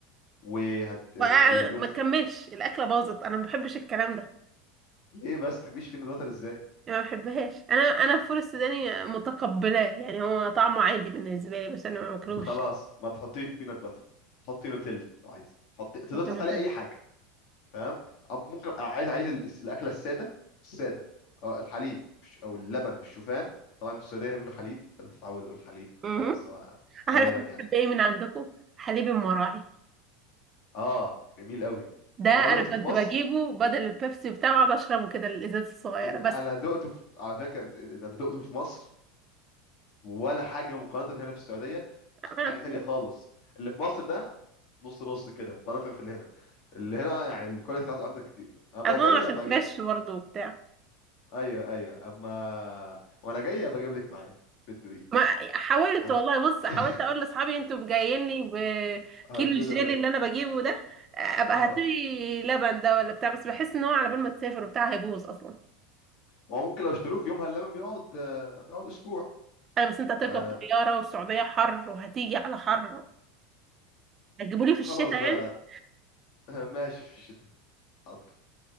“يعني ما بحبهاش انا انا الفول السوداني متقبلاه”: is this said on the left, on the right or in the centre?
Right